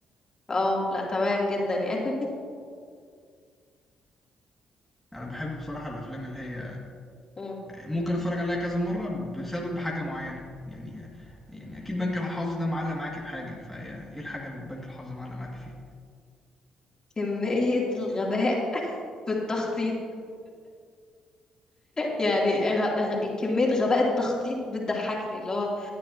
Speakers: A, on the left (about 30°); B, in the centre.
A: اه لا تمام جدا يعني <laughs>
B: انا بحب بصراحه الافلام اللي هي
A: مم.
B: ممكن اتفرج عليها كذا مره بسبب حاجه معينه يعني يعني اكيد بنك الحظ ده معلق معاكي بحاجه فهي ايه الحاجه اللي بنك الحظ معلق معاكي فيها
A: كمية الغباء <laughs> في التخطيط يعني غ... غ... كمية غباء التخطيط بتضحكني اللي هو